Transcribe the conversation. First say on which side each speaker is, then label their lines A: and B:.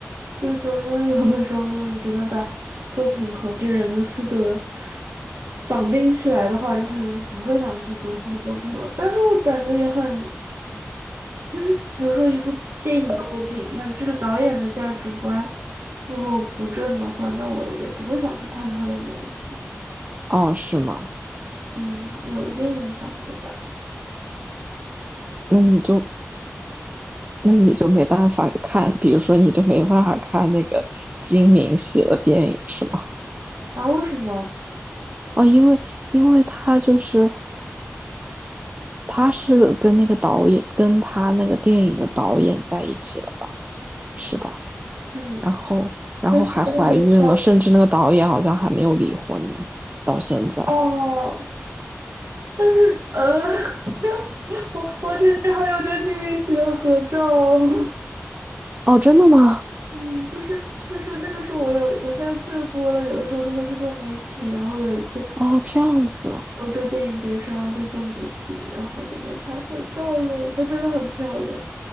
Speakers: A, on the right (about 80°); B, on the right (about 30°).
A: 对不对？因为有的时候，如果你真的把作品和这个人的私德绑定起来的话，你可能就不会想去读他的作品了。但是我感觉也很就是比如说一部电影作品，那这个导演的价值观如果不正的话，那我也不会想去看他的东西。
B: 哦，是吗？
A: 嗯，有一定影响，对吧？
B: 那你就那你就没办法看，比如说你就没办法看那个金敏喜的电影是吗？
A: 啊，为什么？
B: 哦，因为因为他就是他是跟那个导演跟他那个电影的导演在一起了，是吧？
A: 是，
B: 然后然后还怀孕了，
A: 但是真的很漂亮
B: 甚至那个导演好像还没有离婚呢，到现在。
A: 哦。但是呃，<laughs> 我我之前还有跟金敏喜的合照。<laughs>
B: 哦，真的吗？
A: 嗯，就是那是那个时候我有，我现在去的多了，有的时候就会去做媒体，然后有一次。
B: 哦，这样子，
A: 欧洲电影节上就做媒体，然后就跟她合照了。她真的很漂亮，